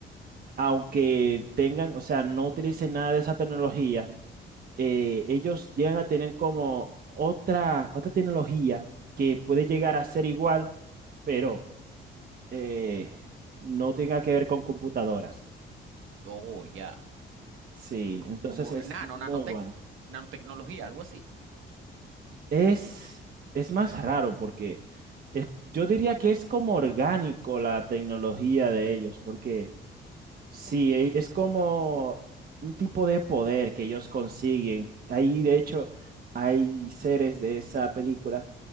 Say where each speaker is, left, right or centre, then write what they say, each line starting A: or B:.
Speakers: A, on the right; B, on the right.
A: aunque tengan, o sea, no utilicen nada de esa tecnología, eh, ellos llegan a tener como otra, otra tecnología que puede llegar a ser igual, pero eh, no tenga que ver con computadoras.
B: Oh, ya.
A: Sí,
B: Co-
A: entonces
B: Como
A: es
B: nano,
A: muy
B: nanotec,
A: bueno.
B: nanotecnología, algo así.
A: Es, es más raro porque es- yo diría que es como orgánico la tecnología de ellos, porque Sí, e- es como un tipo de poder que ellos consiguen. Ahí, de hecho, hay seres de esa película